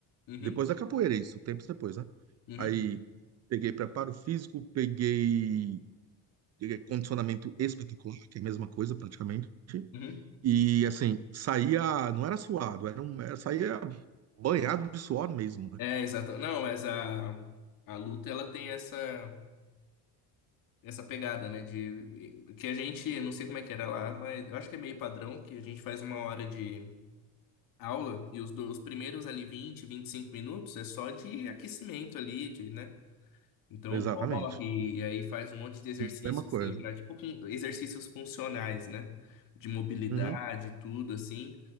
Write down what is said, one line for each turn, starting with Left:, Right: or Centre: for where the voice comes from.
Left: Uhum,
Right: depois da capoeira, isso, tempos depois, né?
Left: uhum,
Right: Aí peguei preparo físico, peguei eh, condicionamento espetacular, que é a mesma coisa praticamente.
Left: uhum.
Right: E assim, saía, não era suado, era um, era- saía banhado de suor mesmo, né?
Left: É, exato. Não, mas a, a luta, ela tem essa, essa pegada, né? De, que a gente, não sei como é que era lá, mas eu acho que é meio padrão, que a gente faz uma hora de aula e os, do- os primeiros ali vinte vinte e cinco minutos é só de aquecimento ali, de, né? Então
Right: Exatamente.
Left: corre e aí faz um monte de exercício
Right: Mesma coisa.
Left: assim, pra, tipo com- exercícios funcionais, né? De mobilidade,
Right: Uhum.
Left: tudo assim.